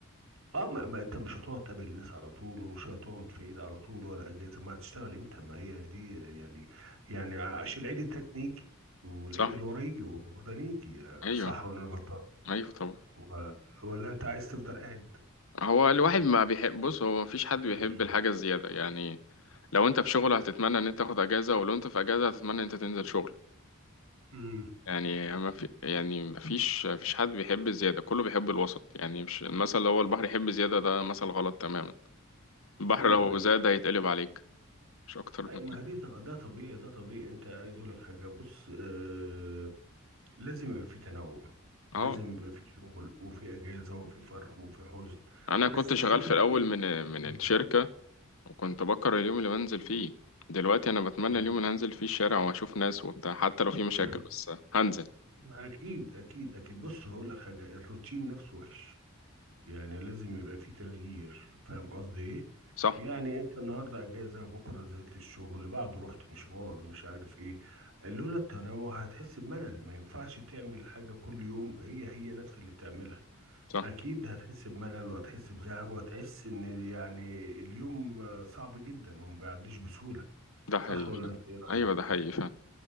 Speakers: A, on the right (about 65°); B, on the left (about 65°).
A: اه ما, ما انت مش هتقعد تقابل الناس على طول ومش هتقعد في عيد على طول ولا اجازه ما هتشتغل امتى ما هي دي يعني يعني عشان العيد التاني يجي والعيد
B: صح
A: اللي وراه يجي ورمضان يجي آه،
B: ايوه
A: صح ولا انا غلطان
B: ايوه طبعا
A: و- ولا انت عايز تفضل قاعد
B: هو الواحد ما بيحب بص هو مفيش حد بيحب
A: <clears throat>
B: الحاجة الزيادة يعني لو انت في شغل هتتمنى ان انت تاخد اجازه ولو انت في اجازه هتتمنى ان انت تنزل شغل
A: امم
B: يعني ما في يعني ما فيش فيش حد بيحب الزياده كله بيحب الوسط يعني مش المثل اللي هو البحر يحب زياده ده مثل غلط تماما البحر
A: ايوه
B: لو
A: ايوه
B: زاد هيتقلب عليك مش اكتر
A: أي
B: من
A: ما
B: كده
A: هي دي ط- ده طبيعي ده طبيعي انت عايز اقول لك حاجه بص آه لازم يبقى في تنوع
B: اه
A: لازم يبقى في شغل وفي اجازه وفي فرح وفي حزن
B: انا
A: بس
B: كنت شغال
A: ايام
B: في
A: العيد
B: الاول من من
A: آه.
B: الشركه وكنت بكره اليوم اللي بنزل فيه دلوقتي انا بتمنى
A: مم.
B: اليوم اللي هنزل فيه الشارع واشوف ناس وبتاع حتى لو في مشاكل
A: <clears throat>
B: بس هنزل
A: ما اكيد اكيد اكيد بص هقول لك حاجه الروتين نفسه وحش يعني لازم يبقى فيه تغيير فاهم قصدي ايه
B: صح
A: يعني انت النهارده اجازه بكره نزلت الشغل بعده رحت مشوار مش عارف ايه لولا التنوع هتحس بملل ما ينفعش تعمل حاجه كل يوم هي هي نفس اللي بتعملها
B: صح
A: اكيد هتحس بملل وهتحس بزهق وهتحس ان يعني اليوم آه، صعب جدا وما بيعديش بسهوله
B: ده حقيقي
A: صح ولا
B: فعلا.
A: انت ايه
B: ايوه
A: رايك
B: ده حقيقي فعلا